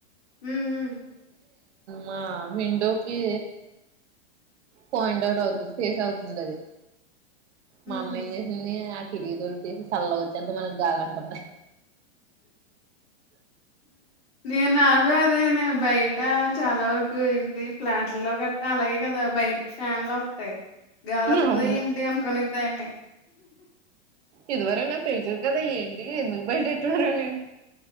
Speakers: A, on the left; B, on the right.
A: హ్మ్. హ్మ్.
B: మా విండోకి పాయింట్ అవుట్ అవుతుంది ఫేస్ అవుతుందది మా అమ్మేం
A: హుహు.
B: చేసింది. కిటికి తలుపు సల్లగోచ్చేద్ది మనక్ గాలంటుంది.
A: నే నాకు అదేనే బైట చాలా వరకు ఇంటి ఫ్లాట్లో గడ్తే అలాగే గదా బయటికి ఫ్యాన్లోత్తాయ్ గాలోత్తది
B: అవును
A: ఏంటి అనుకునే దాన్ని
B: ఇదివరక్ నాక్ తెల్సది కదా ఏంటి ఎందుకు బైట పెట్టారని